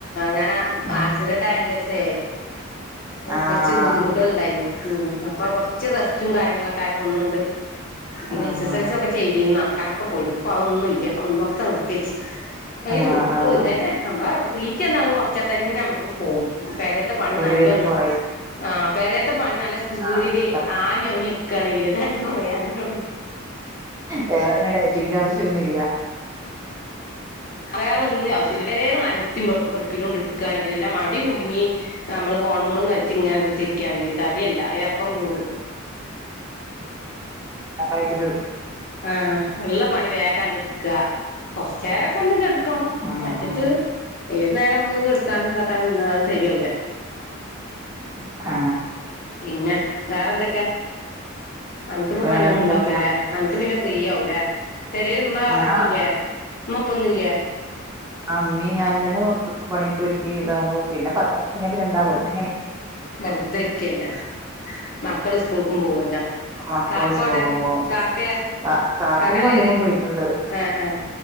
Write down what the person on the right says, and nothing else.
ഉം
ആഹ്
ആഹ്
ആഹ്
ആഹ്
ഒരുവിധം
കൊറയും
ഉഷാറായി കൊടുത്താ മതി
വേറെ പിന്നെ ഡയറ്റിങ്ങ്ന്റെ ആവശ്യന്നുല്ല.
ആയറായിട്ടു
ഉം
ഉം
ആ
വേറെന്തൊക്കെയാ
ആഹ്
ഇമ്മിം ഞാൻ തന്നെ പണിയൊക്കെ ഒരുക്കി ഇതാകുംപിന്നെ പത്ത് മണികഴിഞ്ഞാ പിന്നെന്താ വെറ്തെ
മക്കള്
സ്കൂൾ പോകുമ്പോ
കാ കാക്കപ്പോ
വണ്ടിമ്മേ
പോയിട്ടുണ്ട്